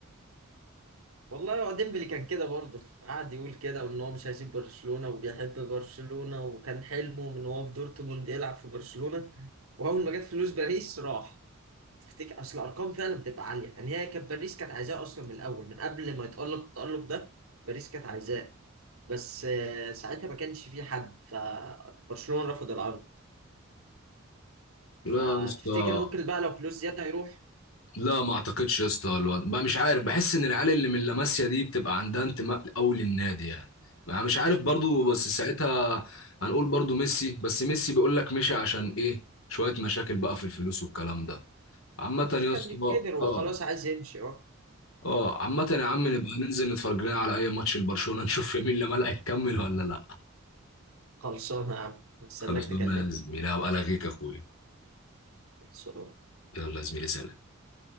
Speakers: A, on the right; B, on the left.
A: والله هو ديمبلي كان كده برضه قعد يقول كده وان هو مش هيسيب برشلونة وبيحب برشلونة وكان حلمه من هو في دورتموند يلعب في برشلونة واول ما جت فلوس باريس راح تفتكر اصل الارقام فعلا بتبقى عاليه يعني هي كانت باريس كانت عايزاه اصلا من الاول من قبل ما يتالق التالق ده باريس كانت عايزاه بس آه، ساعتها ما كانش في حد فبرشلونه رفض العرض فتفتكر
B: لا يا اسطى
A: ممكن بقى لو فلوس زياده يروح
B: لا ما اعتقدش يا اسطى الواد بقى مش عارف بحس ان العيال اللي من لاماسيا دي بتبقى عندها انتماء قوي للنادي يعني ما مش عارف برضو بس ساعتها هنقول برضو ميسي بس ميسي بيقول لك مشي عشان ايه شويه مشاكل بقى في الفلوس والكلام ده عامة
A: خلاص
B: يا
A: كان
B: اسطى
A: كبر وخلاص
B: اه
A: عايز يمشي اه
B: اه عامة يا عم
A: م.
B: نبقى ننزل نتفرج لنا على اي ماتش لبرشلونة نشوف مين اللي ملقى يكمل ولا لا
A: خلصانه يا عم استناك
B: خلصنا
A: تكلمني
B: يا زميلي هبقى الغيك يا اخويا
A: خلصانه
B: يلا يا زميلي سلام